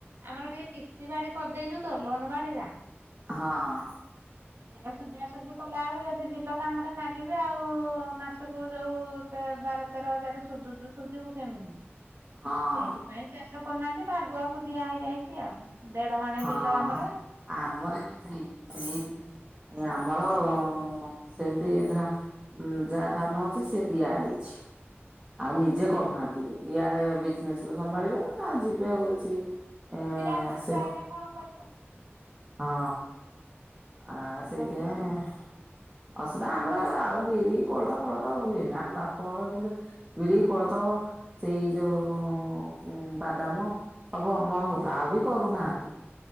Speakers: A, on the right (about 65°); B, on the right (about 25°).
A: ଆମର ଟିକେ କି ସ୍ତୀ ବାଡି କରିଦେଇଛୁ ତ ଲୋନ୍ ବାଡି ରା।
B: ହଁ।
A: ହେରା ସୁଝା ସୁଝି କଲାବେଳକୁ ଯ ସେ ବିଲ କାମରେ ନାଗିବେ ଆଉ, ମାସକୁ ଯଉ ବାର ତେର ହଜାର ସୁଝୁଛୁ। ସୁଜିବୁ କେମିତି?
B: ହଁ
A: ସେଇଥିପାଇଁ ଚାଷ କରୁନାହାନ୍ତି, ଭାଗୁଆକୁ ଦିଆ ହେଇଯାଇଛି ଆଉ ଦେଢ ମାଣ
B: ହଁ
A: ବିଲ ଆମର।
B: ଆମର ବି ସେଇ, ସେଇ ବି ଆମର ସେମିତି ଧ ଉ ଯା ଧାନ ଅଛି ସେ ଦିଆ ହେଇଛି। ଆଉ ନିଜେ କରୁନାହାନ୍ତି, ଇଆଡେ ବିଜନେସ କୁ ସମ୍ଭାଳିବେ ନା ଯିବେ ହଉଛି।
A: ଏକୁଟିଆ
B: ଏ
A: ମଣିଷ
B: ସେ
A: ହେଲେ କଣ କରିବ?
B: ହଁ ଆ
A: ଆମର
B: ସେଇଥିପାଇଁ
A: ବି ସେୟା। ହୁଁ
B: ଅସିଧା ଆମର ଆଉ ବିରି, କୋଳଥ ଫୋଳଥ ହୁଏନି, ଆମ ବାପର କିନ୍ତୁ ବିରି, କୋଳଥ, ସେଇ ଯୋଉ ବାଦାମ ସବୁ ଅମଳ ହଉଥିଲା, ଆଉ ବି କରୁନାହାନ୍ତି